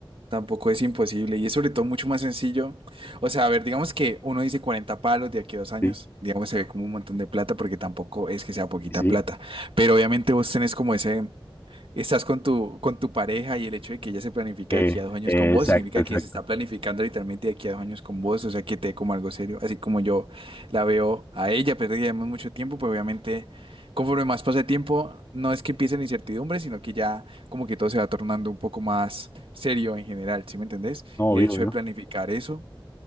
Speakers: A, on the right; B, on the left.
A: tampoco es imposible y es sobre todo mucho más sencillo. O sea, a ver, digamos que uno dice 40 palos de aquí a dos años,
B: Sí,
A: digamos se ve como un montón de plata porque tampoco es que sea poquita
B: sí. sí.
A: plata, pero obviamente vos tenés como ese, estás con tu, con tu pareja y el hecho de que ella se planifique
B: Eh,
A: de aquí a dos años
B: eh,
A: con vos
B: exacto,
A: significa
B: exacto.
A: que se está planificando literalmente de aquí a dos años con vos, o sea, que te dé como algo serio, así como yo la veo a ella, pero ya llevamos mucho tiempo, pues obviamente conforme más pasa el tiempo, no es que empiece la incertidumbre, sino que ya como que todo se va tornando un poco más serio en general, ¿sí me entendés?
B: No,
A: Y
B: obvio,
A: el hecho
B: obvio.
A: de planificar eso